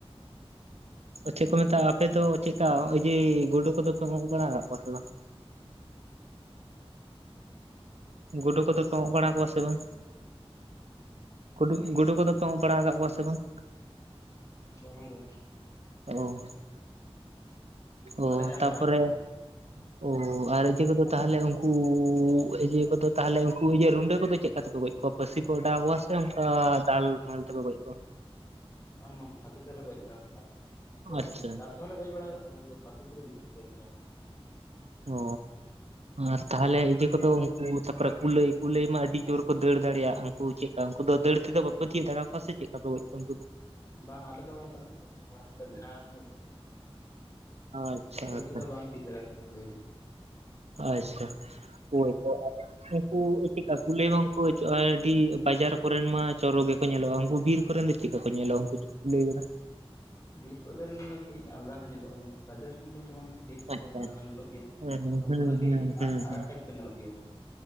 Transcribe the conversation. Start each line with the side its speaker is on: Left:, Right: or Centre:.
Right: ᱪᱮᱫ ᱠᱚ ᱢᱮᱛᱟᱜᱼᱟ, ᱟᱯᱮ ᱫᱚ ᱪᱮᱫ ᱞᱮᱠᱟ ᱱᱚᱼᱚᱭ ᱡᱮ ᱜᱩᱰᱩ ᱠᱚᱫᱚ ᱯᱮ ᱚᱸᱜ ᱵᱟᱲᱟ ᱟᱠᱟᱫ ᱠᱚᱣᱟ ᱥᱮ ᱵᱟᱝ? ᱜᱩᱰᱩ ᱠᱚᱫᱚ ᱯᱮ ᱚᱸᱜ ᱵᱟᱲᱟ ᱠᱚᱣᱟ ᱥᱮ ᱵᱟᱝ ᱜᱩᱰᱩ ᱜᱩᱰᱩ ᱠᱚᱫᱚ ᱠᱚᱫᱚ ᱯᱮ ᱚᱸᱜ ᱵᱟᱲᱟ ᱟᱠᱟᱫ ᱠᱚᱣᱟ ᱥᱮ ᱵᱟᱝ?
Left: ᱵᱟᱝ ᱜᱮ
Right: ᱚ,
Left: ᱵᱟᱞᱮ
Right: ᱚ
Left: ᱧᱟᱢ
Right: ᱛᱟ
Left: ᱵᱟᱲᱟ
Right: ᱯᱚᱨᱮ
Left: ᱟᱠᱟᱫ ᱠᱚᱣᱟ ᱩᱱᱠᱩ ᱫᱚ
Right: ᱚ ᱟᱨ ᱤᱭᱟᱹ ᱠᱚᱫᱚ ᱛᱟᱦᱚᱞᱮ ᱩᱱᱠᱩ ᱩᱱ ᱤᱭᱟᱹ ᱠᱚᱫᱚ ᱛᱟᱦᱚᱞᱮ ᱩᱱᱠᱩ ᱤᱭᱟᱹ ᱨᱩᱸᱰᱟᱹ ᱠᱚᱫᱚ ᱪᱮᱫ ᱠᱟ ᱛᱮᱯᱚ ᱜᱚᱡ ᱠᱚᱣᱟ ᱯᱟᱹᱥᱤ ᱯᱚ ᱚᱰᱟᱣ ᱠᱚᱣᱟ ᱥᱮ ᱚᱱᱠᱟ ᱫᱟᱞ ᱢᱟᱞ ᱜᱚᱡ ᱠᱚᱣᱟ
Left: ᱵᱟᱝ ᱵᱟᱝ ᱯᱷᱟᱥᱤ ᱛᱮᱞᱮ ᱜᱚᱡ ᱵᱟᱲᱟ ᱠᱟᱫ ᱠᱚᱣᱟ
Right: ᱟᱪᱪᱷᱟ
Left: ᱫᱟᱞ ᱛᱮᱦᱚᱸᱞᱮ ᱜᱚᱡ ᱵᱟᱲᱟ ᱠᱟᱜᱼᱼ ᱯᱷᱟᱹᱥᱤ ᱛᱮᱜᱮ ᱡᱟᱹᱥᱛᱤᱢ ᱞᱮ ᱜᱚᱡ ᱵᱟᱲᱟ
Right: ᱚ ᱟᱨ ᱛᱟᱦᱞᱮ ᱤᱡᱟᱹ ᱠᱚᱫᱚ ᱩᱱᱠᱩ ᱛᱟᱯᱚᱨᱮ ᱠᱩᱞᱟᱹᱭ ᱠᱩᱞᱟᱹᱭ ᱢᱟ ᱟᱹᱰᱤ ᱡᱳᱨ ᱠᱚ ᱫᱟᱹᱲ ᱫᱟᱲᱮᱭᱟᱜᱼᱟ᱾ ᱩᱱᱠᱩ ᱪᱮᱫᱠᱟ ᱩᱱᱠᱩ ᱫᱚ ᱫᱟᱹᱲ ᱛᱮᱫᱚ ᱵᱟᱝ ᱯᱮ ᱛᱤᱭᱳ ᱫᱟᱲᱮᱭᱟ ᱠᱚᱣᱟ ᱥᱮ ᱪᱮᱫᱠᱟ ᱠᱚᱮᱚᱡ ᱠᱚᱣᱟ ᱩᱱᱠᱩ
Left: ᱵᱟᱝ ᱟᱞᱮ ᱫᱚ ᱚᱱᱠᱟ <unintelligible>
Right: ᱟᱪᱪᱷᱟ
Left: ᱫᱟᱹᱲ
Right: ᱟᱪᱪᱷᱟ
Left: ᱛᱮᱫᱚ ᱵᱟᱢ ᱜᱤᱭᱟᱹᱜ ᱫᱟᱲᱮᱭᱟ ᱠᱚᱣᱟ ᱛᱩᱞᱟᱹᱫᱚ᱾
Right: ᱟᱪᱪᱷᱟ <unintelligible> ᱩᱱᱠᱩ ᱩᱯᱤᱠᱟ ᱠᱩᱞᱤ ᱦᱚᱸ ᱵᱟᱝ ᱠᱚ ᱦᱤᱡᱩᱜᱼᱟ ᱟᱹᱰᱤ, ᱵᱟᱡᱟᱨ ᱠᱚᱨᱮᱱ ᱢᱟ ᱪᱚᱨᱚᱠ ᱜᱮᱠᱚ ᱧᱮᱞᱚᱜᱼᱟ ᱩᱱᱠᱩ ᱵᱤᱨᱼᱼ ᱚ ᱠᱚᱨᱮᱱ ᱫᱚ ᱪᱮᱫᱠᱟ ᱠᱚ ᱧᱮᱞᱟ ᱩᱱᱠᱩ ᱞᱟᱹᱭᱮᱫᱟ
Left: ᱵᱤᱨ ᱠᱚᱨᱮᱱ ᱫᱚ ᱠᱟᱹᱡ ᱟᱞᱟᱫᱟ ᱦᱚᱸ ᱧᱮᱞᱚᱜᱼᱟ, ᱵᱟᱡᱟᱨ ᱨᱮᱱ ᱫᱚ ᱡᱮᱢᱚᱱ ᱠᱟᱹᱡ ᱥᱟᱫᱟ
Right: ᱟᱪᱪᱷᱟ
Left: ᱥᱟᱫᱟ ᱠᱚ ᱧᱮᱞᱚᱜ ᱜᱮᱭᱟ
Right: ᱦᱮᱸ ᱦᱮᱸ ᱦᱮᱸ
Left: ᱩᱱᱠᱩ ᱫᱚ ᱠᱟᱹᱡ
Right: ᱦᱮᱸ ᱦᱮᱸ
Left: ᱟᱨᱟᱜ
Right: ᱦᱮᱸ
Left: ᱴᱟᱭᱤᱯ ᱠᱚ ᱧᱮᱞᱚᱜ ᱜᱮᱭᱟ